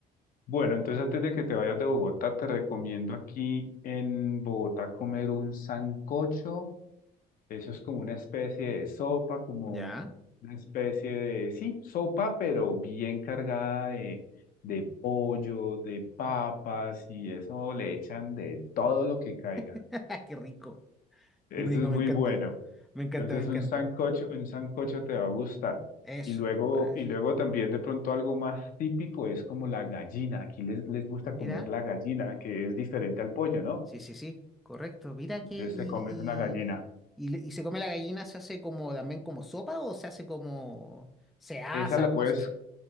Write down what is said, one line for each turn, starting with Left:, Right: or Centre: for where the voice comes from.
Left: Bueno, entonces antes de que te vayas de Bogotá, te recomiendo aquí en Bogotá comer un sancocho. Eso es como una especie de sopa, como
Centre: Ya.
Left: una especie de, sí, sopa, pero bien cargada de, de pollo, de papas y eso le echan de todo lo que caiga.
Centre: <laughs> Qué rico,
Left: Eso
Centre: qué rico,
Left: es
Centre: me
Left: muy
Centre: encanta.
Left: bueno.
Centre: Me encanta,
Left: Entonces
Centre: me encanta.
Left: un sancocho, un sancocho te va a gustar.
Centre: Eso,
Left: Y luego,
Centre: maravilloso.
Left: y luego también de pronto algo más típico es como la gallina. Aquí les, les gusta comer
Centre: Mira,
Left: la gallina, que es diferente al pollo, ¿no?
Centre: sí, sí, sí, correcto. Mira
Left: Entonces
Centre: que y,
Left: te comes una gallina.
Centre: y, y, le- y se come la gallina, se hace como también como sopa o se hace como se asa,
Left: Esa la
Centre: ¿cómo
Left: puedes,
Centre: se hace?